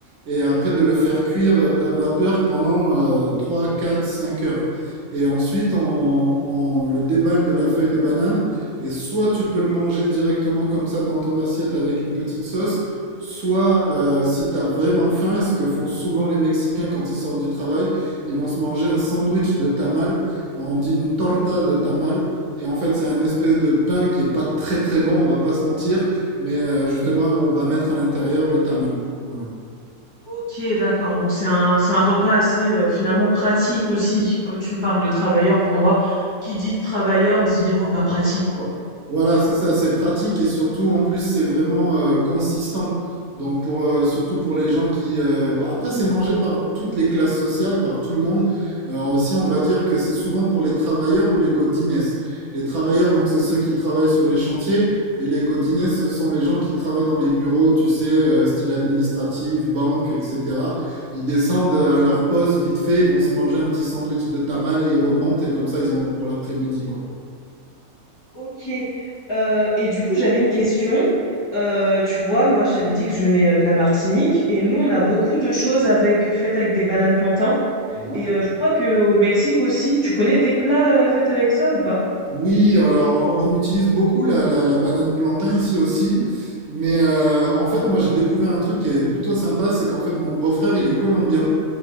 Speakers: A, on the right (about 65°); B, on the left (about 20°).
A: et après de le faire cuire à vapeur pendant euh, 3, 4, 5 heures. Et ensuite, on, on le déballe de la feuille de banane et soit tu peux le manger directement comme ça dans ton assiette avec une petite sauce, soit euh, si tu as vraiment faim, et ce que font souvent les Mexicains quand ils sortent du travail, ils vont se manger un sandwich de tamal, on dit une torta de tamal, et en fait c'est un espèce de pain qui est pas très très bon, on va pas se mentir, mais euh, justement on va mettre à l'intérieur le tamal. Voilà.
B: OK, d'accord, donc c'est un c'est un repas assez, heu, finalement pratique aussi. Comme tu me parles de travailleurs, pour moi, qui dit travailleur dit repas pratique, quoi.
A: Voilà, c'est ça, c'est pratique et surtout en plus c'est vraiment euh, consistant. Donc pour euh, surtout pour les gens qui euh, bon, après c'est mangé par toutes les classes sociales, par tout le monde. Euh, aussi on va dire que c'est souvent pour les travailleurs ou les godines. Les travailleurs donc c'est ceux qui travaillent sur les chantiers et les godines ce sont les gens qui travaillent dans les bureaux, tu sais, euh, style administratif, banque, etc. Ils descendent euh, à leur pause vite fait, ils vont se manger un petit sandwich de tamal et ils remontent et comme ça ils en ont pour l'après-midi quoi.
B: OK, heu et du coup, j'avais une question. Heu, tu vois, moi, je t'avais dit que je venais, heu, de la Martinique et nous, on a beaucoup de choses avec faites avec des bananes plantains
A: Ouais.
B: et heu, je crois que au Mexique aussi. Tu connais des plats, heu, faits avec ça ou pas?
A: Oui, alors on utilise beaucoup la, la- la banane plantain ici aussi, mais euh, en fait moi j'ai découvert un truc qui est plutôt sympa, c'est qu'en fait mon beau-frère il est colombien